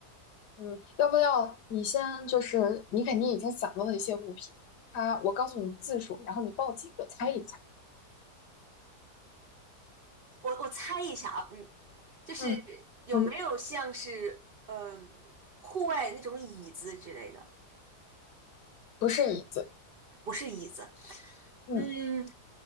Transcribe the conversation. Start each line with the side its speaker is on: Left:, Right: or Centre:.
Left: 嗯，要不要你先就是你肯定已经想到了一些物品，它我告诉你字数，然后你报几个猜一猜。
Right: 我我猜一下啊，嗯，就是
Left: 嗯，
Right: 有没有像是嗯、
Left: 不
Right: 呃户外那种椅子之类的？
Left: 不是椅子，
Right: 不是椅子，
Left: 嗯，
Right: 嗯，